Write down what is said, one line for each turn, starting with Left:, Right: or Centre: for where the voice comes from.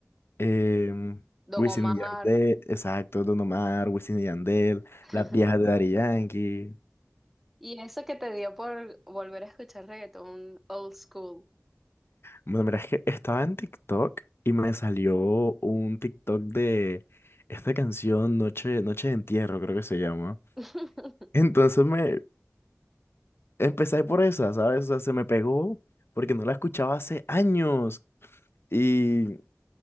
Left: eh,
Centre: Don
Left: Wisin
Centre: Omar.
Left: y Yandel, exacto, Don Omar, Wisin y Yandel,
Centre: <laughs>
Left: las viejas de Daddy Yankee.
Centre: Y eso que te dio por volver a escuchar reggaetón old school.
Left: Bueno, mira, es que estaba en TikTok y me salió un TikTok de esta canción Noche, Noche de Entierro, creo que se llama.
Centre: <laughs>
Left: Entonces me empecé por esa, ¿sabes? O sea, se me pegó porque no la escuchaba hace años. y